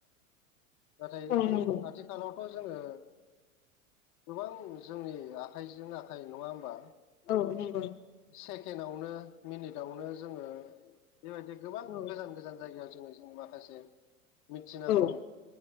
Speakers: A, on the left (about 40°); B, on the left (about 75°).
A: नाथाय
B: औ नंगौ
A: आथिखालावथ' जोङो गोबां जोंनि आखाइजों आखाइ नङा होमबा?
B: औ नंगौ।
A: सेकेणडआवनो मिनिटआवनो जोङो बेबायदि गोबां
B: औ
A: गोजान गोजान जायगायाव। जोङो ज माखासे मिथिनांगौ।
B: औ